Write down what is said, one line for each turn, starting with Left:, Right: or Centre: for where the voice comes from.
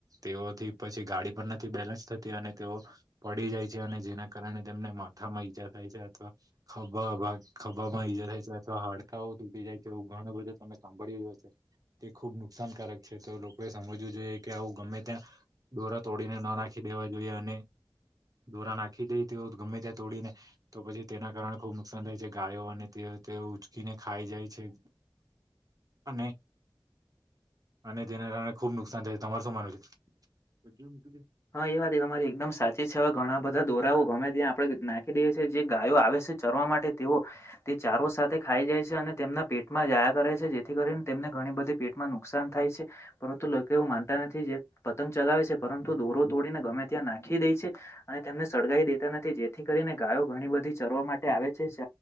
Right: તેઓથી પછી ગાડી પણ નથી બેલેન્સ થતી અને તેઓ પડી જાય છે, અને જેના કારણે તેમને માથા માં ઈજા થાય છે અથવા ખભા ખભા માં ઈજા થાય છે, અથવા હાડકાઓ તૂટી જાય છે. તો એવું ઘણું બધું, તમે સાંભળી જ હશે તે ખુબ નુકસાનકારક છે તો લોકોએ સમજવું જોઈએ, કે આવું ગમે ત્યાં ડોરા તોડીને ના નાખી વા જોઈએ અને દોરા નાખી દે તેઓ ગમે ત્યાં તોડીને તો પછી તેના કારણે ખુબ નુકસાન થાય છે ગાયો અને તે તે ઉચકીને ખાઈ જાય છે, અને અને, તેના કારણે ખુબ નુકસાન થાય છે તમાર શું માનું છે.
Left: હા એ વાત એ તમારી એકદમ સાચી છે હવે ઘણા બધા દોરાઓ ગમે ત્યાં આપણે નાખી દઈએ છીએ જે ગાયો આવે છે. ચરવા માટે તેઓ તે ચારો સાથે ખાઈ જાય છે, અને તેમના પેટમાં જાયા કરે છે. થી કરીને તેમને ઘણી બધી પેટમાં નુકસાન થાય છે, પરંતુ લોકો એવું માનતા નથી પતંગ ચલાવે છે, પરંતુ દોરો તોડીને ગમે ત્યાં નાખી દે છે. અને, તેમને સળગી દેતા નથી જેથી કરીને ગાયો ઘણી બધી ચરવા માટે આવે છે.